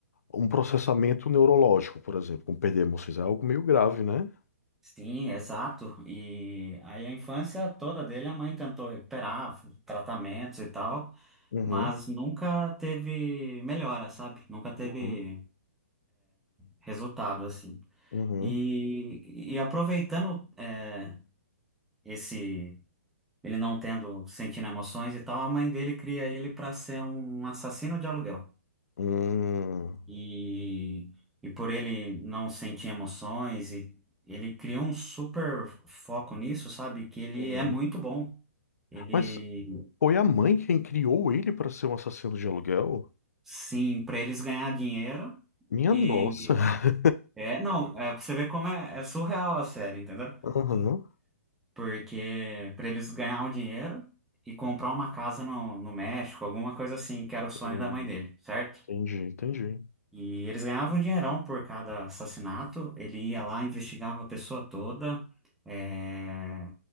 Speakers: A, on the left (about 85°); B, in the centre.
A: um processamento neurológico, por exemplo, como perder emoções, é algo meio grave, né?
B: Sim, exato. E aí a infância toda dele a mãe tentou recuperar, tratamentos e tal,
A: Uhum,
B: mas nunca teve melhora, sabe? Nunca teve
A: uhum,
B: resultado assim.
A: uhum.
B: E, e aproveitando é, esse ele não tendo sentindo emoções e tal, a mãe dele cria ele para ser um assassino de aluguel.
A: Hum,
B: E, e por ele não sentir emoções e ele cria um super foco nisso, sabe? Que ele
A: uhum.
B: é muito bom. Ele,
A: Mas Foi a mãe quem criou ele para ser um assassino de aluguel?
B: sim, para eles ganhar dinheiro
A: Minha
B: e
A: nossa. <laughs>
B: é, não, é pra você ver como é, é surreal a série, entendeu?
A: Aham.
B: Porque para eles ganhar o dinheiro e comprar uma casa no, no México, alguma coisa assim, que era o sonho
A: Hum,
B: da mãe dele, certo?
A: Entendi, entendi.
B: E eles ganhavam um dinheirão por cada assassinato. Ele ia lá, investigava a pessoa toda, é,